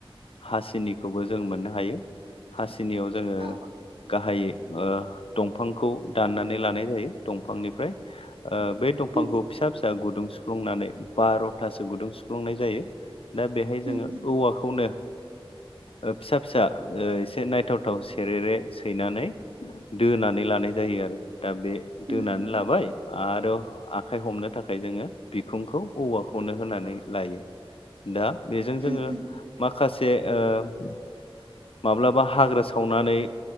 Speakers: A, on the left; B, on the right.
A: हासिनिखौ खौबो जों मोननो हायो हासिनियाव जोङो
B: औ
A: गाहायै ओ दंफांखौ दाननानै लानाय जायो दंफांनिफ्राय बे दंफांखौ
B: उम
A: फिसा फिसा गुदुं सुफ्लुंनानै बार'थासो गुदुं सुफ्लुंनाय जायो। दा बेहाय
B: उम
A: जोङो औवाखौनो ओ फिसा फिसा एसे नायथाव थाव सेरेरे सैनानै दोनानै लानाय जायो आरो दा बे
B: उम
A: दोनानै
B: उम
A: लाबाय आरो आखाइ हमनो थाखाय जोङो बिखुंखौ औवाखौनो होनानै लायो दा बेजों
B: उम
A: जोङो
B: उम
A: माखासे ओ माब्लाबा हाग्रा सावनानै